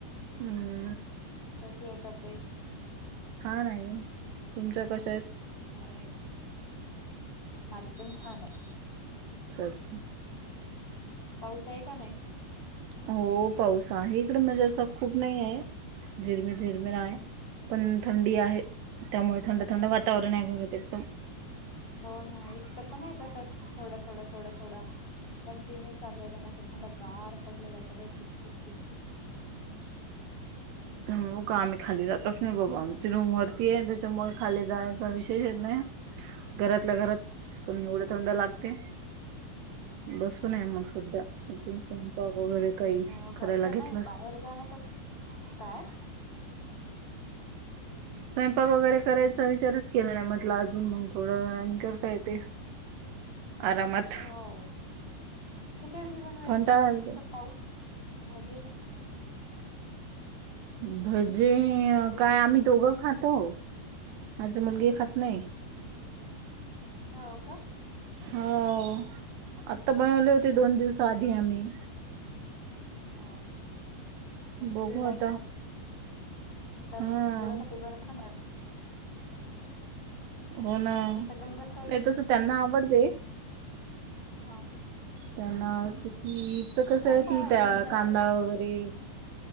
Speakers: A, on the right (about 75°); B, on the left (about 25°).
A: हम्म,
B: कशी आहे तब्येत?
A: छान आहे ना. तुमच कस?
B: भारी आहे. माझी पण छान आहे.
A: चालतय.
B: पाऊस आहे का नाही?
A: हो, पाऊस आहे. इकडे म्हणजे असा खूप नाही आहे. झिरमीर झिरमीर आहे. पण थंडी आहे. त्यामुळे थंड थंड वातावरण आहे. घरात एकदम.
B: हो ना. इथ पण आहे तसं थोडं थोडं थोडं थोडं. कंटिन्यू चालू आहे. त्यांन असं थंडगार पडलेलं आहे. सगळं असं चिकचिक चिकचिक.
A: हम. हो का आम्ही खाली जातच नाही बाबा. आमची रूम वरती आहे त्याच्यामुळे खाली जायचा विषयच येत नाही. घरातल्या घरात पण एवढे थंड लागते. बसून आहे मग सद्धा अजून स्वयंपाक वगैरे काही
B: ह
A: करायला
B: का
A: घेत
B: नाही बाहेर जाण्याचा काय?
A: स्वयंपाक वगैरे करायचा विचारच केला नाही. म्हटलं, अजून मग थोडं आणि करता येते. आरामात.
B: हो. खिचडीच बनवायची
A: कंटाळा येतोय.
B: मस्त पाऊस, भजे.
A: भजे
B: खिचडी
A: काय आम्ही दोघं खातो. माझी मुलगी ही खात नाही.
B: हो का.
A: हो, आता बनवले होते. दोन दिवस आधी आम्ही.
B: हा मग
A: बघू
B: ती नाही
A: आता
B: खात. तर
A: हा
B: दोघासाठी बनायचा कंटाळा
A: हो ना
B: असं गमगम काही
A: नाही तस त्यांना आवडते.
B: हा
A: त्यांना हीच कसं
B: मग कंटाळा
A: आहे की त्याना
B: येते करायचा
A: कांदा वगैरे,